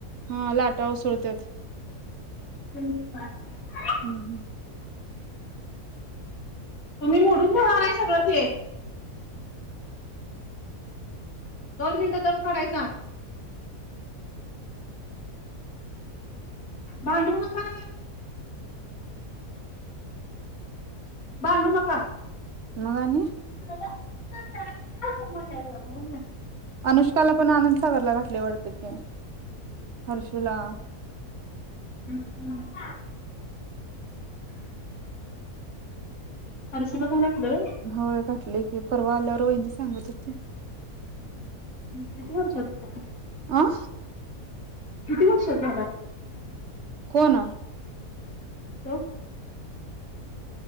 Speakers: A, on the right; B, on the left.
A: हा लाटा उसळत्यात.
B: <inaudible>
A: हम्म हम्म
B: तुम्ही मोडून ठेवणार आहे सगळं ते दोन मिनटं दम काढायचा भांडू नका भांडू नका
A: मगाणी <inaudible>
B: <unintelligible>
A: अनुष्काला पण आनंदसागरला घातले वाटते की हर्षला
B: हम् हम् हर्षु ला पण घातलय?
A: होय भेटले की परवा आल्यावर वहिनी सांगत होती
B: किती वर्षाचा झालय?
A: आं
B: किती वर्षात झालाय?
A: कोण अ
B: हो